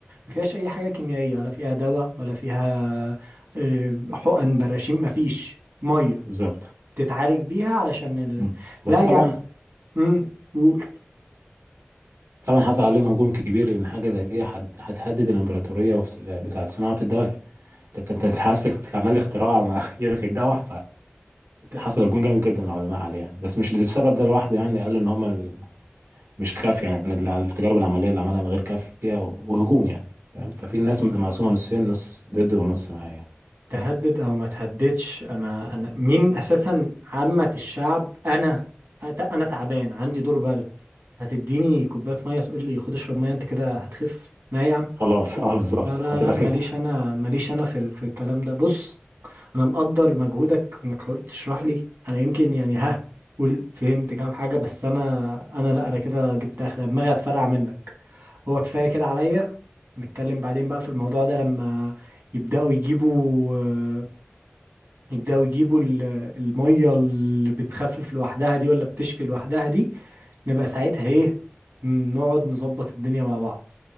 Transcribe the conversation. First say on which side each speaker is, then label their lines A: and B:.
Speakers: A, on the right; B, on the right.
A: ما فيهاش اي حاجة كيميائية ولا فيها دواء ولا فيها آه، حقن براشيم ما فيش مية
B: بالظبط
A: تتعالج بيها علشان ال...
B: مم. بس
A: لا يا
B: طبعا
A: عم مم، قول
B: طبعا حصل عليهم هجوم كبير لان حاجه زي دي هت- هتهدد الامبراطوريه وفت- بتاعه صناعه الدواء انت انت حاسس عمال اختراع ما <laughs> يلغي الدواء
A: ت-
B: فحصل هجوم جامد جدا من العلماء عليه يعني بس مش للسبب ده لوحده يعني قالوا ان هم مش كافية يعني ال- التجارب العملية اللي عملها غير كافية و- وهجوم يعني تمام
A: ت-
B: ففي الناس مقسومة نصين نص ضد ونص معايا يعني.
A: تهدد او ما تهددش انا انا مين اساسا عامة الشعب انا أت- انا تعبان عندي دور برد هتديني كوباية مية تقول لي خد اشرب مية انت كده هتخف لا يا عم
B: خلاص اه بالظبط
A: لا لا
B: هتبقى
A: لا ماليش
B: كده
A: انا ماليش انا في ال- في الكلام ده بص انا مقدر مجهودك انك حاولت تشرح لي انا يمكن يعني ها قول فهمت كام حاجة بس انا انا لا انا كده جبت اخر دماغي هتفرقع منك هو كفاية كده عليا نتكلم بعدين بقى في الموضوع ده لما يبدأوا يجيبوا يبداوا يجيبوا ال- الميه اللي بتخفف لوحدها دي ولا بتشفي لوحدها دي نبقى ساعتها ايه نقعد نظبط الدنيا مع بعض